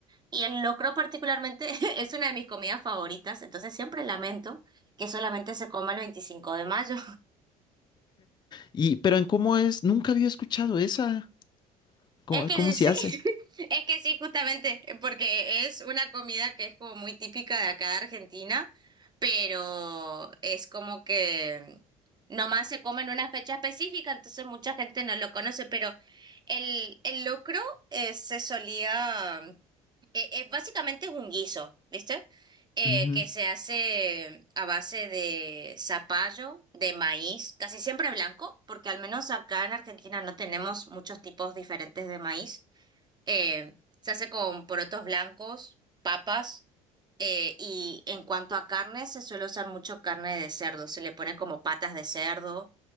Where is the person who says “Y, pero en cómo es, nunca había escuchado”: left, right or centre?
Left